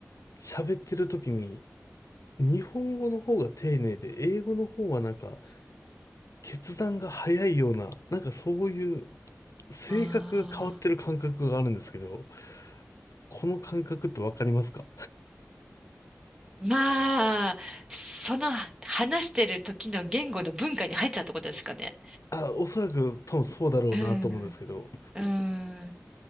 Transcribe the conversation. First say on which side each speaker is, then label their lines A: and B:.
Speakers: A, on the left (about 85°); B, on the right (about 15°).
A: 喋ってる時に日本語の方が丁寧で英語の方はなんか決断が早いような、なんかそういう性格が変わってる感覚があるんですけど、
B: あ
A: この感覚ってわかりますか
B: ーまあ、その話してる時の言語の文化に入っちゃうってことですかね。
A: あ、おそらく多分そうだろうなと思うんですけど。
B: うん、うん。